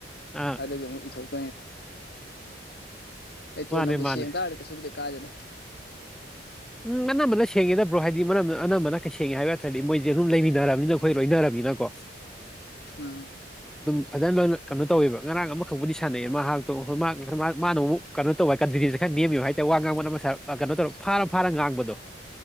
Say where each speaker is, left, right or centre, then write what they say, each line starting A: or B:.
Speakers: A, in the centre; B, on the left (about 60°).
A: ꯑꯥ
B: ꯑꯗꯨꯒꯤ ꯑꯃꯨꯛ ꯏꯊꯣꯛ ꯑꯩ
A: ꯃꯥꯅꯦ
B: ꯇꯣꯟꯅꯕꯨ
A: ꯃꯥꯅꯦ
B: ꯁꯦꯡ ꯇꯥꯔꯔ ꯀꯩꯁꯨꯕꯨꯗꯤ ꯀꯥꯗꯦꯗ
A: ꯎꯝ ꯑꯅꯝꯕꯅ ꯁꯦꯡꯒꯦꯗꯕ꯭ꯔꯣ ꯍꯥꯏꯗꯤ ꯃꯔꯝ ꯑꯅꯝꯕꯅ ꯀꯩ ꯁꯦꯡꯉꯦ ꯍꯥꯏꯕꯇ꯭ꯔꯗꯤ ꯃꯣꯏꯁꯦ ꯑꯗꯨꯝ ꯂꯩꯅꯤ ꯊꯔꯕꯅꯤꯅ ꯑꯩꯈꯣꯏ ꯂꯣꯏꯊꯔꯕꯅꯤꯅꯀꯣ
B: ꯑꯝ
A: ꯐꯖꯅ ꯂꯣꯏꯅ ꯀꯩꯅꯣ ꯇꯧꯋꯦꯕ ꯉꯔꯥꯡ ꯑꯃꯈꯛꯕꯨꯗꯤ ꯁꯥꯟꯅꯩꯌꯦ ꯃꯍꯥꯛꯇꯣꯣꯏ ꯃꯥꯅ ꯑꯃꯨꯛ ꯀꯩꯅꯣ ꯇꯧꯋꯦ ꯀꯟꯐꯤꯗꯦꯟꯁ ꯈꯔ ꯅꯦꯝꯃꯤꯕ ꯍꯥꯏꯇꯥꯔꯦ ꯋꯥ ꯉꯥꯡꯕ ꯑꯃ ꯀꯩꯅ ꯇꯧ ꯐꯥ ꯐꯥꯔ ꯉꯥꯡꯕꯗꯣ